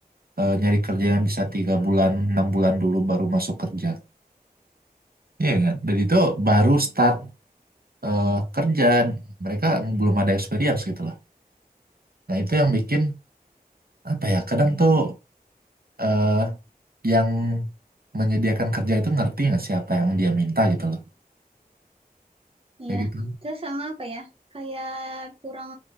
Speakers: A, on the right; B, on the right.
A: eh, nyari kerja yang bisa tiga bulan, enam bulan dulu baru masuk kerja. Iya kan? Dan itu baru start eh, kerja mereka belum ada experience gitu lah nah itu yang bikin apa ya kadang tuh eh, yang menyediakan kerja itu ngerti nggak siapa yang dia minta gitu loh
B: Iya,
A: kayak gitu
B: terus sama apa ya? Kayak kurang